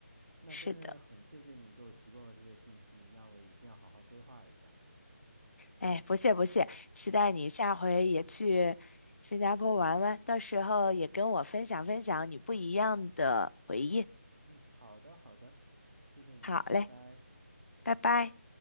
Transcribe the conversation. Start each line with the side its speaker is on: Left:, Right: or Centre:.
Right: 那真的很谢谢你给我提供了这些信息，
Left: 是的，
Right: 那我一定要好好规划一下。
Left: 哎，
Right: 嗯。
Left: 不谢不谢，期待你下回也去新加坡玩玩，到时候也跟我分享分享你不一样的回忆。
Right: 嗯，好的，好的，谢谢你，
Left: 好嘞，
Right: 拜拜。
Left: 拜拜。